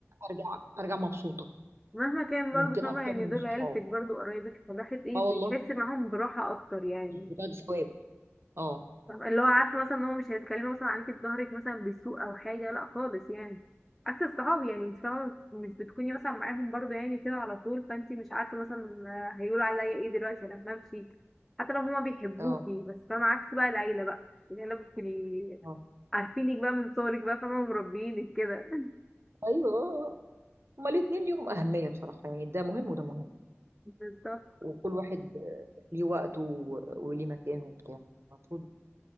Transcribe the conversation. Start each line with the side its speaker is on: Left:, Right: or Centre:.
Right: أرجع أرجع مبسوطة
Centre: مهما كان
Right: ممكن
Centre: برضو فاهمه
Right: أكتر
Centre: يعني
Right: من
Centre: دول
Right: الصحاب
Centre: عيلتك برضو قرايبك فالواحد ايه
Right: أه
Centre: بيحس
Right: والله
Centre: معاهم براحه اكتر يعني
Right: بتاع ثواب أه
Centre: طب اللي هو عارفه مثلا ان هو مش هيتكلموا مثلا عليكي في ظهرك مثلا بالسوء او حاجه لا خالص يعني عكس الصحاب يعني انت فاهمه مش بتكوني مثلا معاهم برضه يعني كده على طول فانت مش عارفه مثلا آه، هيقولوا عليا ايه دلوقتي لما امشي حتى لو هما بيحبوكي
Right: أه
Centre: بس فاهمه عكس بقى العيله بقى العيله بتكوني
Right: أه
Centre: عارفينك بقى من صغرك بقى فاهمه مربيينك كده
Right: أيوه هما الاتنين ليهم أهمية بصراحة يعني ده مهم وده مهم
Centre: <laughs> بالظبط
Right: وكل واحد آه، ليه وقته و- وليه مكانه وبتاع المفروض